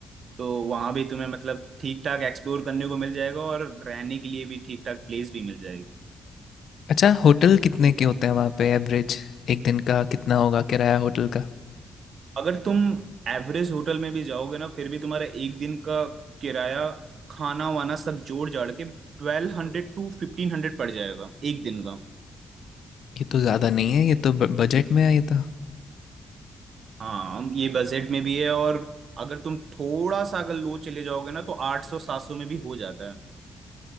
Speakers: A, on the right; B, on the left.
A: तो वहां भी तुम्हें मतलब ठीक ठाक एक्सप्लोर करने को मिल जाएगा और रहने के लिए भी ठीक ठाक प्लेस भी मिल जाएगी
B: अच्छा होटल कितने के होते हैं वहाँ पे एवरेज एक दिन का कितना होगा किराया होटल का
A: अगर तुम एवरेज होटल में भी जाओगे ना फिर भी तुम्हारा एक दिन का किराया खाना वाना सब जोड़ जाड़ के ट्वेल्व हंड्रेड टू फिफ्टीन हंड्रेड पड़ जाएगा एक दिन का
B: ये तो ज़्यादा नहीं है ये तो ब- बजट में है ये तो
A: हाँ ये बजट में भी है और अगर तुम थोड़ा सा अगर लो चले जाओगे ना तो आठ सौ सात सौ में भी हो जाता है